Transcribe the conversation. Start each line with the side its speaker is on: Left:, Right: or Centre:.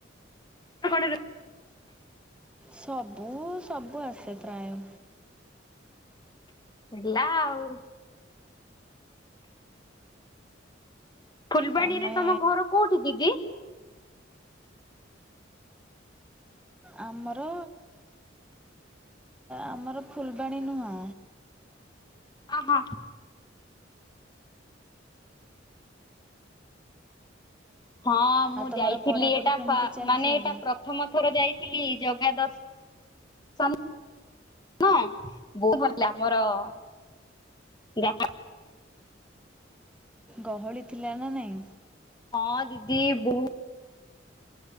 Left: <unintelligible>
Centre: ସବୁ, ସବୁ ଆସେ ପ୍ରାୟ।
Left: ହେଲା ଆଉ। ଫୁଲବାଣୀରେ
Centre: ତମେ
Left: ତମ ଘର କୋଉଠି ଦିଦି?
Centre: ଆମର, ଆମର ଫୁଲବାଣୀ ନୁହଁ।
Left: ଅ ହଁ। ହଁ, ମୁଁ
Centre: ଆଉ ତମର
Left: ଯାଇଥିଲି
Centre: ପଢ଼ାପଢ଼ି
Left: ଏଇଟା,
Centre: କେମିତି ଚାଲିଛି
Left: ମାନେ ଏଇଟା
Centre: ଏବେ?
Left: ପ୍ରଥମ ଥର ଯାଇଥିଲି, ଜଗା ଦର୍ଶ <unintelligible> <unintelligible>
Centre: ଗହଳି ଥିଲା ନା ନାଇଁ?
Left: ହଁ, ଦିଦି ବହୁତ